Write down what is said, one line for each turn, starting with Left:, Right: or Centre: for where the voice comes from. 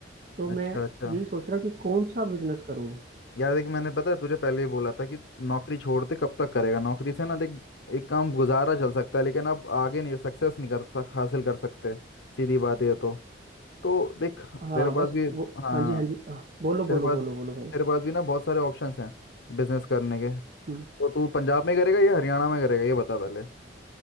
Right: तो
Left: अच्छा
Right: मैं यही
Left: अच्छा
Right: सोच रहा हूँ कि कौन सा बिजनेस करूँ
Left: यार देख मैंने पता है तुझे पहले ही बोला था कि नौकरी छोड़ते कब तक करेगा नौकरी से ना देख एक काम गुजारा चल सकता है लेकिन अब आगे नहीं सक्सेस नहीं कर सक हासिल कर सकते सीधी बात ये तो तो देख
Right: हाँ
Left: तेरे पास
Right: बस
Left: भी
Right: वो
Left: हाँ
Right: हाँ जी हाँ जी हाँ, बोलो
Left: तेरे
Right: बोलो
Left: पास
Right: बोलो
Left: तेरे
Right: बोलो भाई
Left: पास भी ना बहुत सारे ऑप्शंस हैं बिजनेस करने के
Right: हम्म
Left: तो तू पंजाब में करेगा या हरियाणा में करेगा ये बता पहले